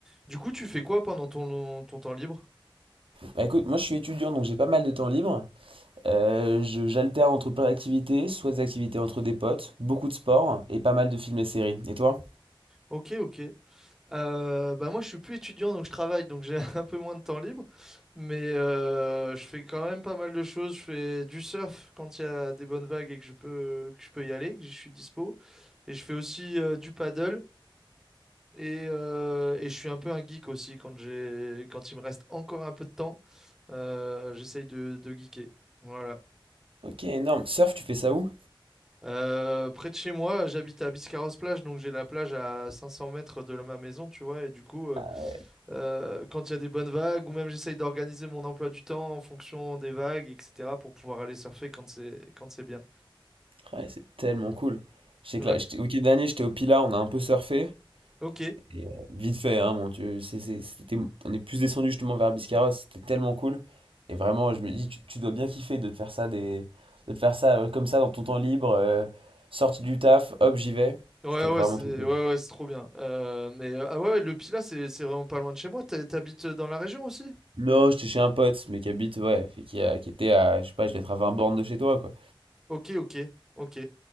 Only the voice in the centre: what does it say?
Du coup, tu fais quoi pendant ton, ton temps libre?
Ok, ok. Euh, bah moi, je suis plus étudiant, donc je travaille, donc j'ai <laughs> un peu moins de temps libre. Mais euh, je fais quand même pas mal de choses. Je fais du surf quand il y a des bonnes vagues et que je peux, que je peux y aller, que je suis dispo. Et je fais aussi euh, du paddle. Et, euh, et je suis un peu un geek aussi quand j'ai, quand il me reste encore un peu de temps. euh, j'essaye de, de geeker. Voilà.
Euh, près de chez moi, j'habite à Biscarrosse-Plage, donc j'ai la plage à 500 mètres de ma maison, tu vois. Et du coup, euh,
euh, quand il y a des bonnes vagues, ou même j'essaye d'organiser mon emploi du temps en fonction des vagues, etc., pour pouvoir aller surfer quand c'est quand c'est bien.
Ouais.
Ok.
Ouais,
ouais,
c'est
ouais, ouais, c'est trop bien. Euh, mais euh, ah ouais, ouais, le Pilat, c'est c'est vraiment pas loin de chez moi. T'ha- T'habites dans la région aussi?
Ok, ok, ok.